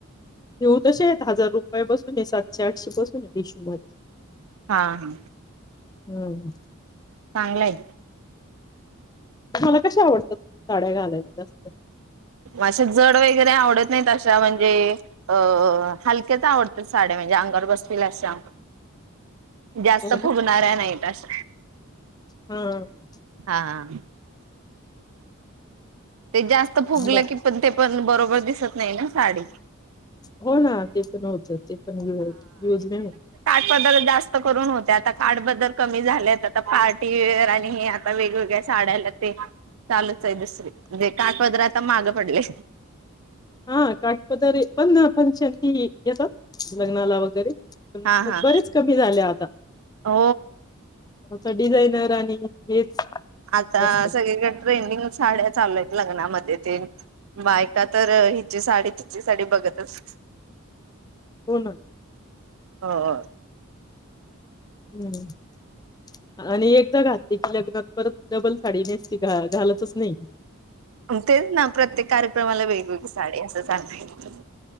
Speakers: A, on the left; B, on the right.
A: घेऊ तशेत हजार रुपये पहिल्यापासून हे पासून सातशे आठशे पासून आहे. टिश्यू मध्ये
B: हा. हा.
A: हम्म
B: चांगलंय
A: मला कशा आवडतात साड्या घालायला जास्त
B: असे जड वगैरे आवडत नाही तशा म्हणजे अ हलक्याच आवडत साड्या म्हणजे अंगावर बसतील अशा जास्त
A: हो
B: फुगणाऱ्या नाहीत टास
A: हम्म
B: हा ते जास्त फुगल
A: बर
B: की पण ते पण बरोबर दिसत नाइ ना साडी
A: हो ना ते पण होत ते पण युज यूज नाही हो
B: बदल जास्त करून होते आता काड बदल कमी झालेत आता पार्टीवेअर आणि हे आता वेगवेगळ्या साड्याला ते चालूच आहे दुसरी. म्हजे काठपदर आता माग पडले
A: हा काटपदरीे पण फंक्शन ती येतात लग्नाला वगैरे.
B: हा हा
A: बरेच कमी झाले आता.
B: हो
A: आता डिझायनर आणि हेच
B: आता
A: जास्त
B: सगळीकडे ट्रेंडिंगच साड्या चालूयेत. लग्नामध्ये ते बायका तर हिची साडी तिची साडी बघतच
A: होन
B: ह ह
A: हम्म आणि एकदा घातली कि लग्नात परत डबल साडी नेसती घा घालतच नाही.
B: तेच ना प्रत्येक कार्यक्रमाला वेगवेगळी साडी असच. का <unintelligible>